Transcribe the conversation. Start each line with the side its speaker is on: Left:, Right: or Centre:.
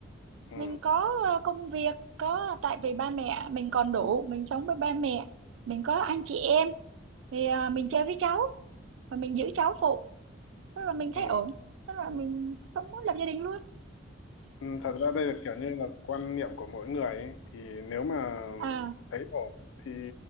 Left: ừ.
Right: mình có ờ, công việc có tại vì ba mẹ mình còn đủ mình sống với ba mẹ mình có anh chị em thì ờ, mình chơi với cháu và mình giữ cháu phụ tức là mình
Left: Ừ.
Right: thấy ổn tức là mình không muốn lập gia đình luôn
Left: Ừ, thật ra đây là kiểu như là quan niệm của mỗi người ấy. Thì nếu mà
Right: à
Left: thấy ổn thì